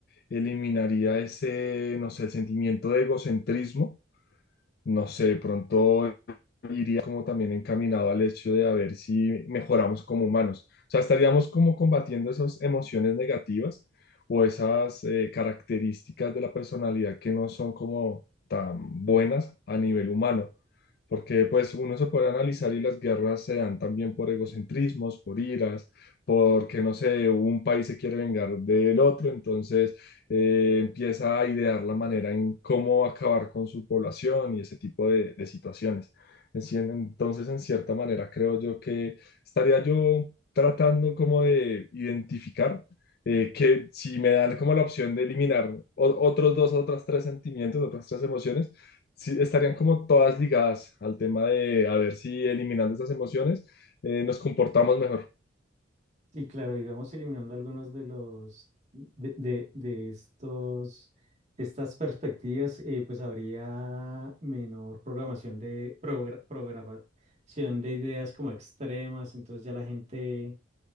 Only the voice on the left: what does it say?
eliminaría ese, no sé, el sentimiento de egocentrismo. No sé, de pronto iría como también encaminado al hecho de a ver si mejoramos como humanos. O sea, estaríamos como combatiendo esas emociones negativas o esas eh, características de la personalidad que no son como tan buenas a nivel humano. Porque pues uno se puede analizar y las guerras se dan también por egocentrismos, por iras, porque no sé, un país se quiere vengar del otro, entonces eh, empieza a idear la manera en cómo acabar con su población y ese tipo de de situaciones. En cien- Entonces, en cierta manera, creo yo que estaría yo tratando como de identificar eh, que si me dan como la opción de eliminar o- otros dos, otras tres sentimientos, otras tres emociones, sí, estarían como todas ligadas al tema de a ver si eliminando estas emociones eh, nos comportamos mejor.